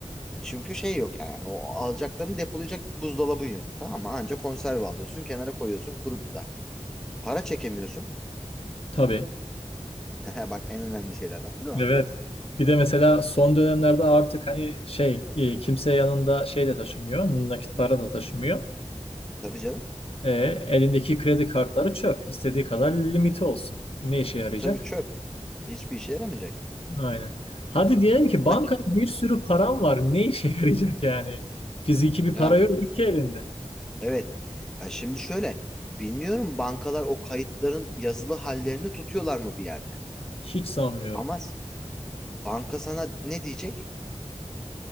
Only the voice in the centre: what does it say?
çünkü şey yok yani o alacaklarını depolayacak buzdolabın yok. Tamam mı? Anca konserve alıyorsun kenara koyuyorsun kuru gıda. Para çekemiyorsun.
<laughs> Bak en önemli şeylerden biri o.
Tabii canım.
Tabii çöp. Hiçbir işe yaramayacak.
Nakit.
Ya
evet. Ya şimdi şöyle bilmiyorum bankalar o kayıtların yazılı hallerini tutuyorlar mı bir yerde?
Ama banka sana ne diyecek?